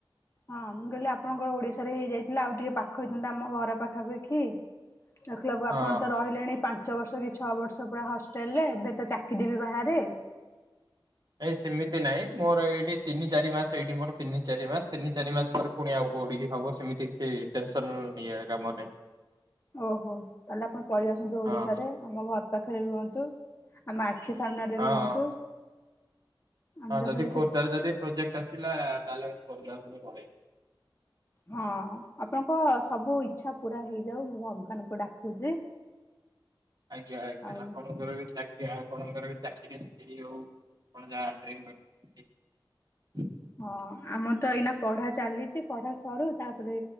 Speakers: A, on the left; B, on the right.
A: ହଁ ମୁଁ କହିଲି ଆପଣଙ୍କର ଓଡିଶାରେ ହେଇଯାଇଥିଲା। ଆଉ ଟିକେ ପାଖ କହିଛନ୍ତି ଆମ ଘର ପାଖାପାଖି। ଦେଖିଲକୁୁ
B: ହଁ
A: ଆପଣ ତ ରହିଲେଣି ପାଞ୍ଚ ପାଞ୍ଚ ବର୍ଷ କି ଛଅ ବର୍ଷ ପୁରା ହଷ୍ଟେଲରେ ଏବେ ତ ଚାକିରି ବି ବାହାରେ।
B: ଏ ସେମିତି ନାଇଁ ମୋର ଏଇଠି ତିନି ଚାରି ମାସ ଏଇଠି ମୋର ତିନି ଚାରି ମାସ ତିନି ଚାରି ମାସ ପରେ ପୁଣି ଆଉ କୋଉଠିକି ହବ। ସେମିତି କିଛି ଟେନସନ ଇଏ କାମ ନାହିଁ
A: ଓହୋ ତାହାଲେ ଆପଣ ପଳେଇ ଆସନ୍ତୁ
B: ହଁ।
A: ଓଡିଶାରେ ଆମ ଘର ପାଖରେ ରୁହନ୍ତୁ। ଆମ ଆଖି ସାମ୍ନା ରେ
B: ହଁ
A: ରୁହନ୍ତୁ। ଆମେ
B: ହଁ
A: ତ
B: ଯଦି
A: ଖାଲି
B: ଖୋର୍ଦ୍ଧା
A: ସେ
B: ରେ ଯଦି ପ୍ରୋଜେକ୍ଟ ଅଛି। ହେଲା ତାହାଲେ ମୁଁ ଖୋର୍ଦ୍ଧା କୁ ପଳେଇବି।
A: ହଁ ଆପଣଙ୍କ ସବୁ ଇଚ୍ଛା ପୁରା ହେଇଯାଉ। ମୁଁ ଭଗବାନଙ୍କୁ ଡାକୁଛି।
B: ଆଜ୍ଞା ଆଜ୍ଞା
A: ଆଉ
B: ଆପଣଙ୍କର ବି ଆପଣଙ୍କର ବି ଚାକିରିକିରି ହୋଉ। ଆପଣଙ୍କର ଯାହା ଡ୍ରିମ୍ ର
A: ହଁ ଆମର ତ ଏଇନା ପଢା ଚାଲିଛି ପଢା ସରୁୁ ତାପରେ